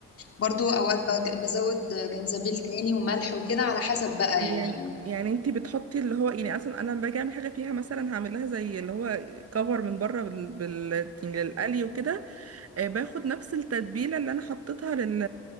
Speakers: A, on the left (about 50°); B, on the right (about 50°).
A: وبرضو اوقات بج- بزود جنزبيل تاني وملح وكده على حسب بقى
B: يعني
A: يعني
B: يعني انتي بتحطي اللي هو يعني اصلا انا لما باجي اعمل حاجه فيها مثلا هعمل لها زي اللي هو كفر من بره بال بال يعني للقلي وكده آه، باخد نفس التتبيله اللي انا حطيتها لل